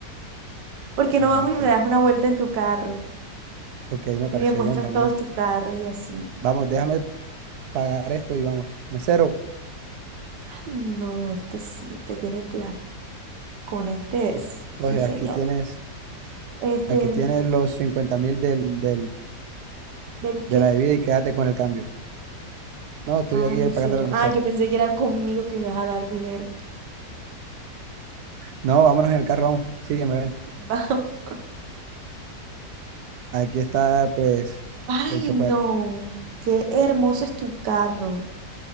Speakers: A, on the right (about 80°); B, on the right (about 70°).
A: ¿Por qué no
B: Ah,
A: vamos
B: ok.
A: y me das una vuelta en tu carro?
B: Ok, me parece
A: Y me muestras
B: bien, vámonos.
A: todos tus carros y así.
B: Vamos, déjame pagar esto y vamos. Mesero,
A: Ay, no, este sí, este tiene plata. Con este es.
B: coge,
A: Sí, señor.
B: aquí tienes,
A: Este,
B: aquí tienes los cincuenta mil del, del
A: ¿del qué?
B: de la bebida y quédate con el cambio. No, estoy
A: Ah,
B: aquí
A: mesero.
B: pagando al mesero.
A: Ah, yo pensé que era conmigo que ibas a dar dinero.
B: No, vámonos en el carro, vamos. Sí, me ven.
A: <laughs> Vamos.
B: Aquí está, pues,
A: Ay,
B: el chofer.
A: no. Qué hermoso es tu carro.